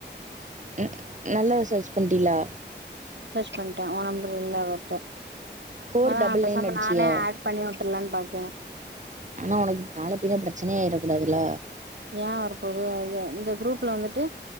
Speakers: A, on the right; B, on the right.
A: ம் நல்லா சச் பண்ட்டிகளா
B: சச் பண்ட்டே ஒ நம்பர் இல்ல அவர்ட்ட
A: ஃபோர்
B: ஆனா
A: டபுள்
B: பெசாம
A: நைன் அடிச்சியா
B: நானே ஆட் பண்ணி உட்டர்லான் பாக்கே
A: ஆனா உனக்கு நால பின்னெ பிரச்சனையாயிறக்கூடாதுல்ல
B: ஏ வரபோது இந்த குரூப்ல வந்துட்டு்